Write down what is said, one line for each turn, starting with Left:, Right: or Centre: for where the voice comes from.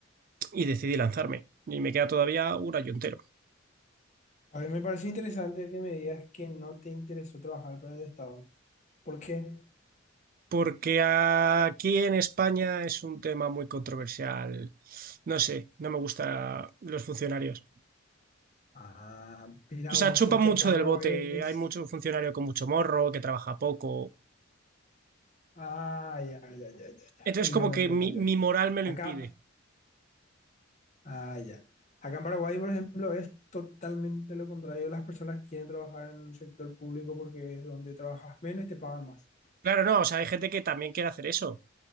Right: y decidí lanzarme. Y me queda todavía un año entero.
Left: A ver, me pareció interesante que me digas que no te interesó trabajar para el Estado. ¿Por qué?
Right: Porque aquí en España es un tema muy controversial. No sé, no me gustan los funcionarios.
Left: Ah, mira
Right: O sea,
Left: vos,
Right: chupan
Left: porque
Right: mucho
Left: acá en
Right: del
Left: Paraguay
Right: bote.
Left: es...
Right: Hay mucho funcionario con mucho morro, que trabaja poco.
Left: Ah, ya, ya, ya, ya, ya.
Right: Entonces,
Left: Entiendo,
Right: como que
Left: entiendo,
Right: mi,
Left: entiendo.
Right: mi moral me lo
Left: Acá,
Right: impide.
Left: ah, ya. Acá en Paraguay, por ejemplo, es totalmente lo contrario. Las personas quieren trabajar en el sector público porque es donde trabajas menos y te pagan más.
Right: Claro, no, o sea, hay gente que también quiere hacer eso.